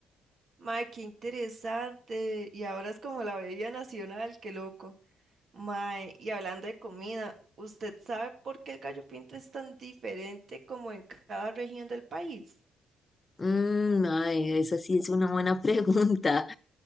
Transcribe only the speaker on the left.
Mmm, mae, esa sí es una buena <laughs> pregunta.